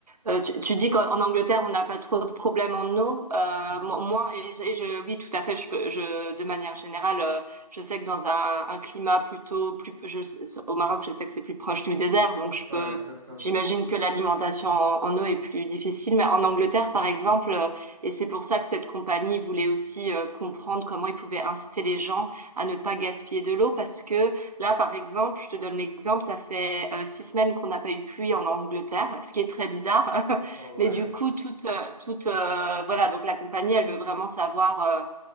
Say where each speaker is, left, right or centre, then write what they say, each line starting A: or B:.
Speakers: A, on the right; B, on the right.
A: euh, tu, tu dis qu'en en Angleterre on n'a pas trop de problèmes en eau, euh,
B: mhm.
A: mo- moi et, je, et je- oui, tout à fait, je, peux- je de manière générale, euh, je sais que dans un, un climat plutôt plus, je, au Maroc, je sais que c'est plus proche du désert, donc je
B: Ouais,
A: peux,
B: exactement.
A: j'imagine que l'alimentation en, en eau est plus difficile, mais en Angleterre, par exemple. euh, et c'est pour ça que cette compagnie voulait aussi euh, comprendre comment ils pouvaient inciter les gens à ne pas gaspiller de l'eau parce que là, par exemple, je te donne l'exemple, ça fait euh, six semaines qu'on n'a pas eu de pluie en Angleterre, ce qui est très bizarre. <laughs>
B: Ah ouais.
A: Mais du coup, toute, euh, toute, euh, voilà, donc la compagnie, elle veut vraiment savoir euh,